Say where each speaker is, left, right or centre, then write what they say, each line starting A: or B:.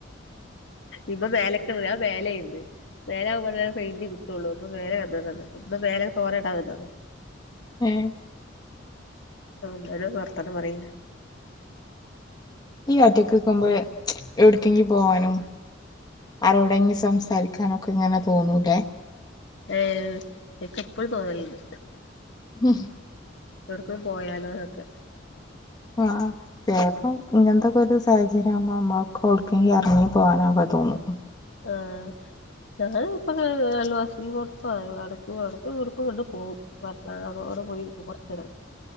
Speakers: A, on the left; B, on the left.
A: ഇപ്പൊ മേലേക്ക് വന്നു <unintelligible> കിട്ടുള്ളൂ അപ്പൊ മേലെ വന്നതാണ് പ്പോ മേലെ തോര ഇടാൻ വന്നതാണ്
B: ഏഹ്
A: ന്നാലും വർത്താനം പറി
B: ഈ ഒറ്റക്ക് നിൽക്കുമ്പോൾ എവിടക്കെങ്കി പോവാനും ആരോടെങ്കിലും സംസാരിക്കാനൊക്കെ ഇങ്ങനെ തോന്നൂല്ലേ
A: ഏഹ് എനിക്ക് എപ്പഴും തോന്നലുണ്ട്.
B: ഉ.....
A: എവ്ടക്കേലും പോയൊലോ ന്നൊക്കെ
B: ആഹ് ചെലപ്പോ ഇങ്ങൻത്തോക്കെ ഒരു സാഹചര്യം ആകുമ്പോ അമ്മക്ക് എവിടുക്കെങ്കിലും ഇറങ്ങി പോകാനൊക്കെ തോന്നും
A: ആഹ് <unintelligible> ഞാൻ അയൽവാസി ടെ അടുത്തോ അടക്കും അവുടുക്കും ഇവിടുക്കും അങ്ങനെ പോകും വർത്താനം <unintelligible> ആടെ പോയിരിക്കും കുറച്ച നേരം